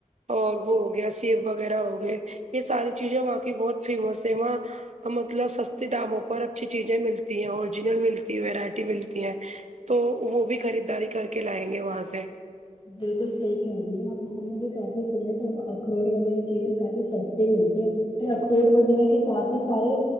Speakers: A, on the right; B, on the left.
A: اور وہ ہو گیا سیب وغیرہ ہو گئے یہ ساری چیزیں وہاں کی بہت فیمس ہے وہاں مطلب سستے داموں پر اچھی چیزیں ملتی ہیں اوریجنل ملتی ہے ویرائٹی ملتی ہیں تو وہ بھی خریدداری کر کے لائیں گے وہاں سے
B: بالکل صحی کہہ رہی ہے آپ ہم نے بھی کافی سنا تھا اخروٹ وغیرہ چیزیں کافی سستے ملتے اخروٹ وغیرہ کے کافی سارے